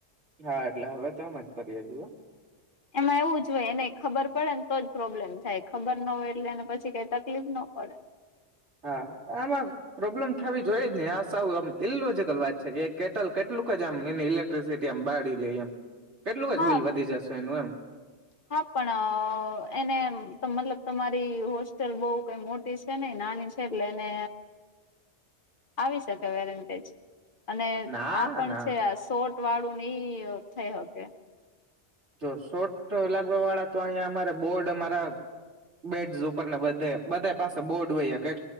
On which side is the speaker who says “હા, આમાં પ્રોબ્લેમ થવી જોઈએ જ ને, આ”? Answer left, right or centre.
Right